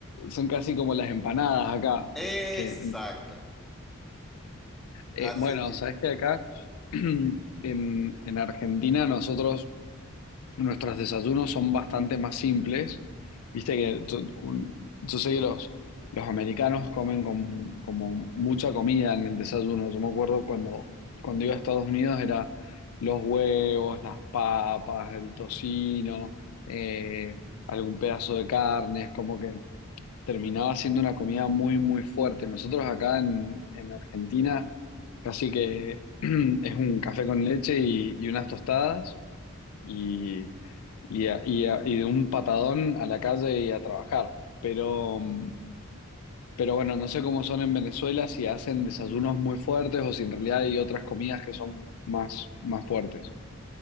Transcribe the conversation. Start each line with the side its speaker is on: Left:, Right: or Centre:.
Left: son casi como las empanadas acá.
Centre: Exacto,
Left: Que,
Centre: así
Left: eh, bueno,
Centre: mismo.
Left: sabes que acá <clears throat> en, en Argentina nosotros Nuestros desayunos son bastante más simples. Viste que yo, un- yo sé que los, los americanos comen con- como mucha comida en el desayuno. Yo me acuerdo cuando, cuando iba a Estados Unidos era los huevos, las papas, el tocino, eh, algún pedazo de carne. Es como que terminaba siendo una comida muy, muy fuerte. Nosotros acá en, en Argentina casi que <clears throat> es un café con leche y y unas tostadas y, y, a- y a- y de un patadón a la calle y a trabajar. Pero, mm, pero bueno, no sé cómo son en Venezuela, si hacen desayunos muy fuertes o si en realidad hay otras comidas que son más, más fuertes.